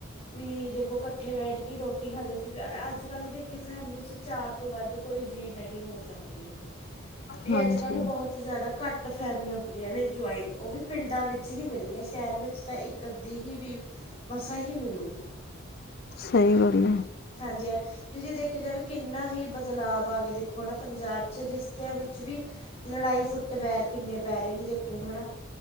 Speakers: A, on the left (about 30°); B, on the left (about 50°).
A: ਵੀ ਦੇਖੋ ਕੱਠੇ ਬੈਠ ਕੇ ਰੋਟੀ ਖਾਂਦੇ ਸੀ। ਯਾਰ ਅੱਜ ਕੱਲ ਦੇਖੀ ਫੈਮਿਲੀ ਚ ਚਾਰ ਤੋਂ ਵੱਧ ਕੋਈ ਜੀਅ ਨਹੀਂ ਹੋ ਸਕਦੇ। ਵੀ
B: ਹਾਂਜੀ
A: ਅੱਜ ਕੱਲ੍ਹ ਬਹੋਤ ਜ਼ਿਆਦਾ ਘੱਟ ਫੈਮਲੀਆਂ ਹੁੰਦੀਆਂ ਨੇ ਜੁਆਇੰਟ, ਉਹ ਵੀ ਪਿੰਡਾਂ ਵਿੱਚ ਹੀ ਮਿਲਣੀਆਂ, ਸ਼ਹਿਰ ਵਿੱਚ ਤਾਂ ਇੱਕ ਕਦੀ ਹੀ ਵੀ ਮਸਾਂ ਹੀ ਮਿਲੇਗੀ।
B: ਸਹੀ ਗੱਲ ਐ।
A: ਹਾਂਜੀ ਇਹ। ਵੀ ਜਿਹ ਦੇਖਿਆ ਜਾਵੇ ਵੀ ਕਿੰਨਾ ਹੀ ਬਦਲਾਵ ਆ ਗਿਆ ਦੇਖੋ ਹਨ ਨਾ ਪੰਜਾਬ ਚ ਰਿਸ਼ਤਿਆਂ ਵਿੱਚ ਵੀ ਲੜਾਈ ਫੁੱਟਵੈਰ ਕਿੰਨੇ ਪੈਰੇ ਨੇ ਦੇਖੋ ਹਨਾ।